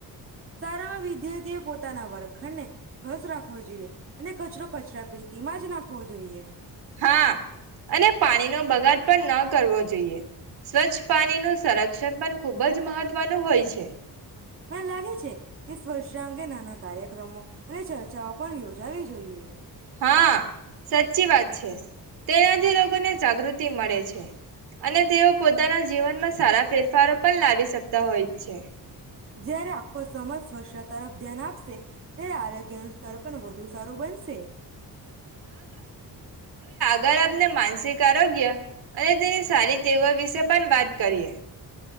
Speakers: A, on the right (about 35°); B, on the right (about 70°).
A: સારામાં વિદ્યાર્થીઓ પોતાના વર્ખણને સ્વસ્થ રાખવો જોઈએ, અને કચરો કચરા પેટીમાં જ નાખવો જોઈએ.
B: હા અને પાણીનો બગાડ પણ ન કરવો જોઈએ, સ્વચ્છ પાણી ન સંરક્ષણ પણ ખૂબ જ મહત્વનું હોય છે.
A: મને લાગે છે કે સ્વચ્છતા અંગે નાના કાર્યક્રમો અને ચર્ચાઓ પણ યોજી જોઈએ.
B: હા સાચી વાત છે, તેનાથી લોકોને જાગૃતિ મળે છે. અને તેઓ પોતાના જીવનમાં સ સારા ફેરફારો પણ લાવી શકતા હોય છે.
A: જયારે આખો સમાજ સ્વ તરફ ધ્યાન આપશે, ત્યારે આરોગ્યનું સ્તર પણ વધુ સારું બનશે.
B: અગર આપને માનસિક આરોગ્ય અને તેની સારી તેવો વિશે પણ વાત કરીએ.